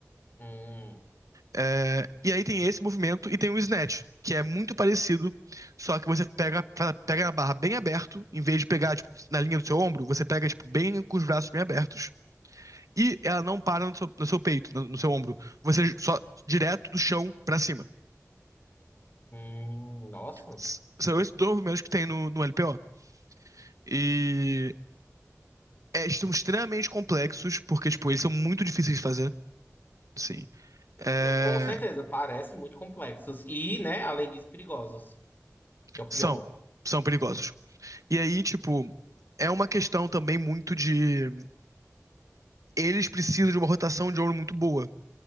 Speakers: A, on the left; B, on the right.
A: Hum,
B: É, e aí tem esse movimento e tem o snatch, que é muito parecido, só que você pega, fa- pega a barra bem aberto, em vez de pegar, tipo, na linha do seu ombro, você pega, tipo, bem com os braços bem abertos E ela não para no seu, no seu peito, no, no seu ombro. Você só direto do chão pra cima.
A: hum, nossa.
B: S- São esses dois movimentos que tem no, no LPO. E é, são extremamente complexos, porque, tipo, eles são muito difíceis de fazer. Sim. É,
A: Não, Com certeza, parece muito complexos. E, né, além disso, perigosos, que é o
B: são.
A: pior.
B: São perigosos. E aí, tipo, é uma questão também muito de... Eles precisam de uma rotação de ombro muito boa.